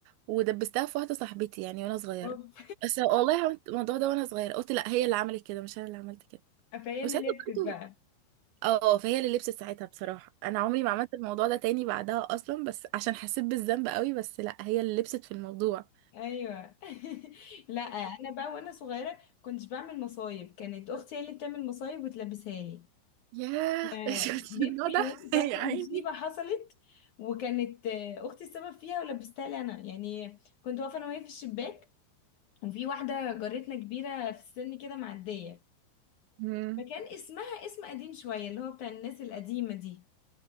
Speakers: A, on the right; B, on the left.
A: ودبستها في واحده صاحبتي يعني وانا صغيره
B: اوف
A: بس والله عملت الموضوع ده وانا صغيره قلت لا هي اللي عملت كده مش انا اللي عملت كده
B: <laughs> فهي اللي
A: وساعتها
B: لبست
A: برضو
B: بقى
A: اه فهي اللي لبست ساعتها بصراحه انا عمري ما عملت الموضوع ده تاني بعدها اصلا بس عشان حسيت بالذنب قوي بس لا هي اللي لبست في الموضوع
B: ايوه <laughs> لا انا بقى وانا صغيره كنتش بعمل مصايب كانت اختي هي اللي بتعمل مصايب وتلبسها لي
A: ياه
B: آه،
A: <laughs> شفت
B: جيت
A: النوع
B: في
A: ده
B: يوم فاكرة
A: يا عيني
B: مصيبة حصلت وكانت آه، أختي السبب فيها ولبستها لي أنا يعني كنت واقفة أنا وهي في الشباك وفي واحدة جارتنا كبيرة في السن كده معدية
A: مم.
B: فكان اسمها اسم قديم شوية اللي هو بتاع الناس القديمة دي